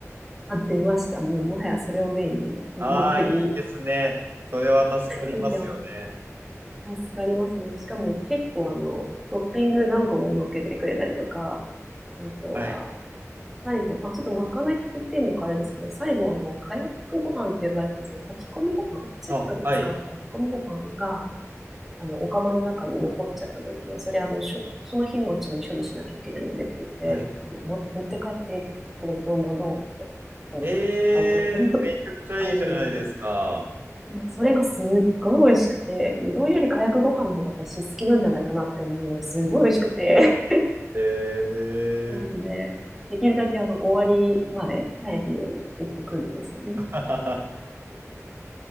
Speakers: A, in the centre; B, on the right.
A: あ、出ました。もう、もはやそれをメインに、目的に
B: ああー、いいですね。それは助かりますよね。
A: 言ってました。助かりますね。しかも結構、あの、トッピング何個も乗っけてくれたりとか、あとは、
B: はい。
A: 最後、まあ、ちょっとまかないって言ってるのかあれですけど、最後、あの、カヤックご飯って呼ばれてたんですけど、炊き込みご飯、セットで使う炊き込みご飯が、
B: あ、はい。
A: あの、お釜の中に残っちゃった時は、それ、あの、しょ、その日のうちに処理しなきゃいけないのでって言って、
B: はい。
A: あの、も、持って帰ってって言って、袋にどんどんどんって、その、
B: えー、
A: バイトの、<laughs>
B: めちゃくちゃいいじゃないですか。
A: バイト用に。もうそれがすっごい美味しくて、うどんよりかやくご飯の方が私好きなんじゃないかなって思うぐらい、すごい美味しくて。
B: えー。
A: なので、できるだけあの、終わりまで入るようにシフト組んでましたね。
B: <laughs>